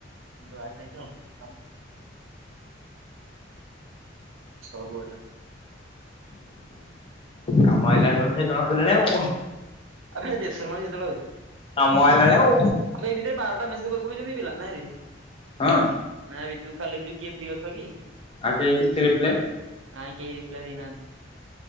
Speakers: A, on the right; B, on the left.
A: ହଉ କ। ସବୁ ଗଡା।
B: କାମ ହେଇଲାଣି ବୋଧ ଜଣାପଡ଼ିଲାଣି ଆଉ।
A: ଅଭିିଜିତ ଶର୍ମା ଜତଲ ହଉଛି।
B: କାମ ଆଇଲାଣି ଆଉ
A: ଆଗ ଏଇ ଭିତରେ ବାରଟା ମେସେଜ କର ଯେମତି ପିଲା ନାଇ।
B: ହଁ
A: ନାଇଁ ଏ ତୁ ଖାଲି ଲେଖିଛୁ କିଏ ଫ୍ରି ଅଛ କି
B: ଆଉ କେହି କିଛି ରିପ୍ଲାଏ
A: ନାଇଁ କେହି ରିପ୍ଲାଏ ଦେଇନାହାନ୍ତି।